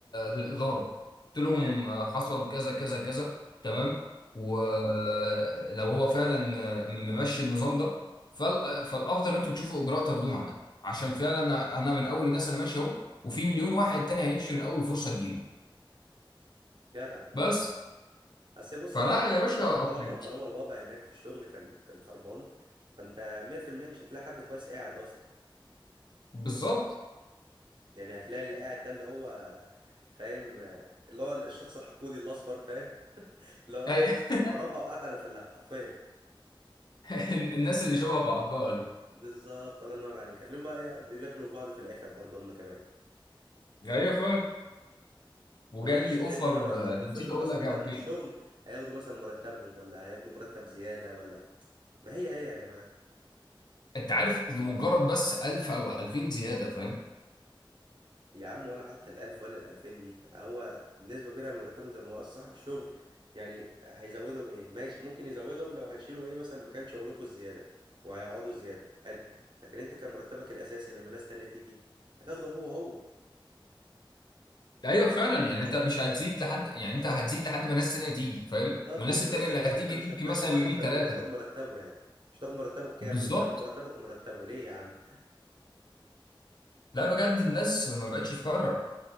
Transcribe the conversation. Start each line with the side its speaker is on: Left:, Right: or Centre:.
Left: للاداره قلت لهم
Right: حلو.
Left: حصل كذا كذا كذا تمام ولو هو فعلا ممشي النظام ده فال... فالافضل ان انتوا تشوفوا اجراء تاخدوه معاه عشان فعلا انا أنا من اول الناس انا ماشي اهو وفي مليون واحد تاني هيمشي من اول فرصه تجيله
Right: جدع
Left: بس
Right: بس بص
Left: فلا
Right: هي
Left: يا باشا أقنعك.
Right: طالما طالما الوضع هناك في الشغل كان كان خربان فانت 100% مش هتلاقي حد كويس قاعد اصلا
Left: بالظبط
Right: يعني هتلاقي اللي قاعد ده اللي هو فاهم اللي هو الشخص الحقودي الاصفر فاهم اللي هو
Left: أي-
Right: خربها وقاعد على تلاها حرفيا
Left: <laughs> الناس اللي شبه بعضها دي
Right: بالظبط الله ينور عليك هتلاقيهم بقى إيه، بياكلوا في بعض في الاخر برضه هم كمان
Left: ايوه فعلا وجالي
Right: لو محسين
Left: اوفر
Right: ان هو ل- لو طفشوا
Left: نسيت اقول
Right: الناس
Left: لك
Right: كلها
Left: يا أبو
Right: من
Left: حميد
Right: الشغل هياخدوا مثلا مرتبهم ولا هياخدوا مرتب زياده ولا ما هي هي يا جماعه
Left: انت عارف لمجرد بس 1000 او 2000 زياده فاهم
Right: يا عم ولا حتى الألف ولا الألفين دي هو بنسبة كبيرة من مرتبهم زي ما هو أصل صاحب الشغل يعني هيزودهم إيه ماشي ممكن يزودهم لو هيشيلوا إيه مثلا مكان شغلكوا الزيادة وهيقعدوا زيادة حلو لكن أنت كان مرتبك الأساسي لما ناس تانية تيجي هتاخده هو هو
Left: ايوه فعلا يعني انت مش هتزيد لحد يعني انت هتزيد لحد ما الناس التانيه تيجي فاهم
Right: بالظبط
Left: والناس
Right: أنت
Left: التانيه
Right: مثلا
Left: اللي
Right: أنت
Left: هتيجي
Right: أنت مش
Left: دي ممكن
Right: هتمشي
Left: مثلا
Right: واحد
Left: يومين
Right: فأنت
Left: ثلاثه
Right: تاخد مرتبه يعني مش هتاخد مرتبه الكامل
Left: بالظبط
Right: تاخد مرتبك ومرتبه ليه يا عم
Left: لا بجد الناس ما بقتش تفرق